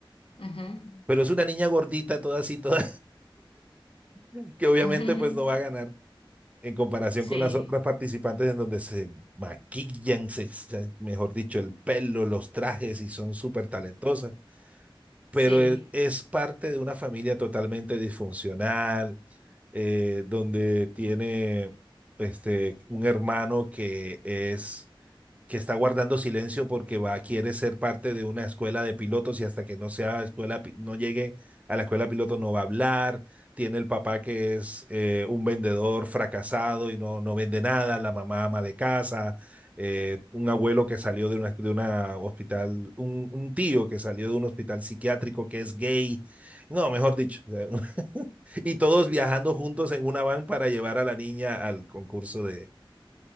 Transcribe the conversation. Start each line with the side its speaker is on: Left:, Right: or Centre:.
Left: Ujú,
Right: Pero es una niña gordita, toda así, toda, <laughs> que obviamente
Left: <laughs> ujú.
Right: pues no va a ganar en comparación
Left: Sí,
Right: con las otras participantes en donde se maquillan, se, se- mejor dicho, el pelo, los trajes y son súper talentosas. Pero
Left: sí.
Right: e- es parte de una familia totalmente disfuncional, eh, donde tiene este, un hermano que es que está guardando silencio porque va, quiere ser parte de una escuela de pilotos y hasta que no sea escuela, pi- no llegue a la escuela de pilotos no va a hablar. Tiene el papá que es eh, un vendedor fracasado y no, no vende nada, la mamá ama de casa, eh, un abuelo que salió de una, de una hospital, un, un tío que salió de un hospital psiquiátrico que es gay. No, mejor dicho. o sea, <laughs> Y todos viajando juntos en una van para llevar a la niña al concurso de,